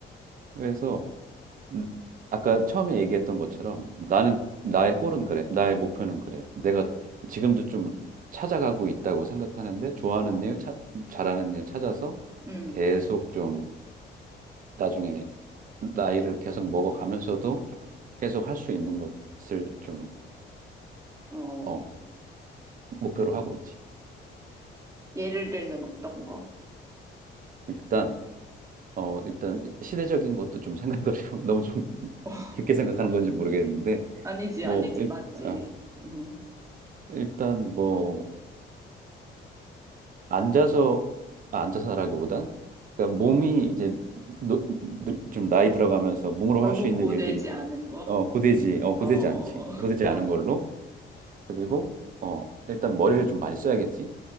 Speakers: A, on the right; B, on the right.
A: 그래서 음, 아까 처음에 얘기했던 것처럼 나는 나의 골은 그래. 나의 목표는 그래. 내가 지금도 좀 찾아가고 있다고 생각하는데 좋아하는
B: 어,
A: 일, 차- 잘하는 일 찾아서
B: 응,
A: 계속 좀 나중에 나이를 계속 먹어가면서도 계속 할 수 있는 것을 좀,
B: 어.
A: 어, 목표로 하고 있지.
B: 예를 들면 어떤 거?
A: 일단, 어, 일단 시대적인 것도 좀 생각을 해요. <laughs> 너무 좀
B: <laughs>
A: 깊게 생각하는 건지 모르겠는데
B: 아니지,
A: 뭐,
B: 아니지,
A: 일,
B: 맞지.
A: 아,
B: 음,
A: 일단 뭐, 앉아서, 아, 앉아서라기보단, 그러니까 몸이 이제 노- 노- 좀 나이 들어가면서 몸으로
B: 너무
A: 할 수 있는
B: 고되지
A: 일들이
B: 않은 거?
A: 어, 고되지, 어,
B: 어,
A: 고되지
B: 어,
A: 않지. 고되지
B: 어,
A: 않은 걸로. 그리고, 어, 일단 머리를 좀 많이 써야겠지.